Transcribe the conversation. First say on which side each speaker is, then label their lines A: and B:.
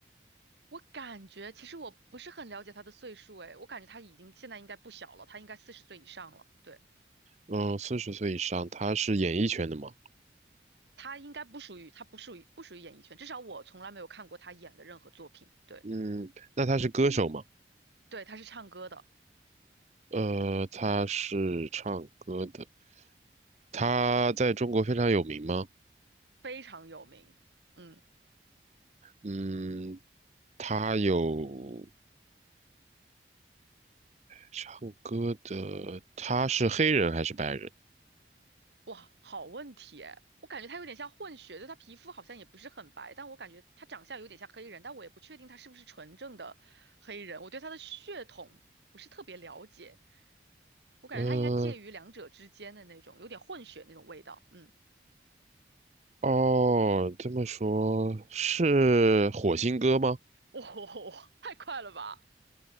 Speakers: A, on the right; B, on the right.
A: 我感觉其实我不是很了解他的岁数，诶，我感觉他已经现在应该不小了，他应该四十岁以上了，对。
B: 嗯，四十岁以上，他是演艺圈的吗？
A: 他应该不属于，他不属于不属于演艺圈，至少我从来没有看过他演的任何作品。对，
B: 嗯，那他是歌手吗？
A: 对，他是唱歌的，
B: 呃，他是唱歌的，他在中国非常有名吗？
A: 非常有名。嗯，
B: 嗯，他有唱歌的，他是黑人还是白人？
A: 哇，好问题诶，我感觉他有点像混血，就他皮肤好像也不是很白，但我感觉他长相有点像黑人，但我也不确定他是不是纯正的黑人，我对他的血统不是特别了解，我感觉他应该介于两者之间的那种，
B: 呃，
A: 有点混血那种味道。嗯，
B: 哦，这么说是火星哥吗？
A: 哇、<laughs> 太快了吧！